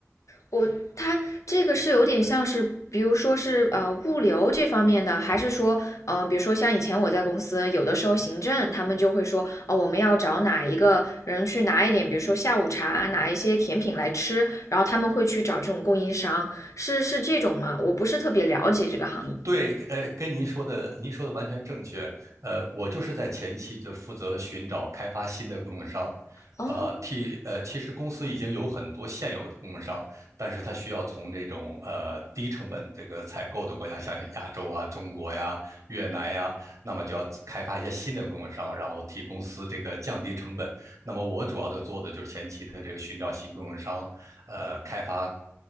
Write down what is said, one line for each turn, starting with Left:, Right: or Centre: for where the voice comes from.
Left: 我它这个是有点像是，比如说是呃物流这方面的，还是说呃，比如说像以前我在公司，有的时候行政他们就会说，哦，我们要找哪一个人去拿一点，比如说下午茶，拿一些甜品来吃，然后他们会去找这种供应商，是是这种吗？我不是特别了解这个行业。
Right: 对，呃，跟您说的，您说的完全正确。呃，我就是在前期就负责寻找开发新的供应商，
Left: 哦
Right: 呃，替呃，其实公司已经有很多现有的供应商，但是它需要从这种呃低成本这个采购的国家，像亚洲啊、中国呀、越南呀，那么就要开发一些新的供应商，然后替公司这个降低成本。那么我主要的做的就是前期的这个寻找新供应商，呃，开发